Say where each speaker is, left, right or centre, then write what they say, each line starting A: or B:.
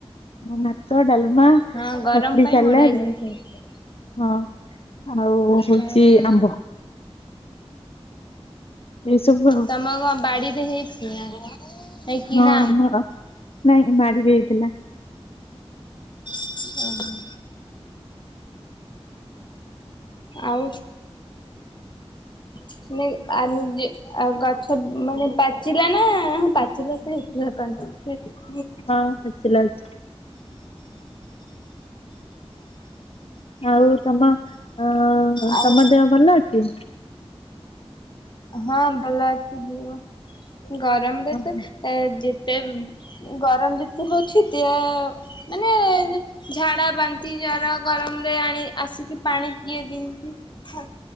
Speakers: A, on the left; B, on the left.
A: ମାଛ ଡାଲମା
B: ହଁ ଗରମ
A: କାକୁଡ଼ି
B: ପାଇଁ
A: ସାଲାଡ
B: ବଢିଆ ଜିନିଷ ହେଇଥିଲା।
A: ହଁ। ଆମର ଓ ହେଇଚି
B: ହଁ ହଁ।
A: ଆମ୍ବ। ଏଇ ସବୁ ଆଉ
B: ତମ କଣ ବାଡିରେ ହେଇଛି ଆମ୍ବ? ନାଇଁ
A: ହଁ
B: କିଣା
A: ଆମର ନାଇଁ ବାଡିରେ ହେଇଥିଲା।
B: ଯାଉନେହିଁ। ଆଉ? ସିଏଆରୁ ଦେ ଆଉ ଗଛ ମାନେ ପାଚିଲା ନା ହଁ ପାଚିଲା ତ ହେଇଥିବ। <inaudible>
A: ହଁ ପାଚିଲା ଅଛି। ଆଉ ତମ ଅ
B: ଆଉ
A: ତମ ଦେହ ଭଲ ଅଛି?
B: ହଁ ଭଲ ଅଛି ଯେ ଗରମରେ
A: ଓହୋ।
B: ତ ଏ ଯେତେ ଗରମ ଯେତେ ହୋଉଛି ଦିହ ମାନେ ଝାଡା ବାନ୍ତି ଜର ଗରମ ରେ ଆଣି ଆସିକି ପାଣି ପିଏ ବୋହୁ ତୁ। ଥ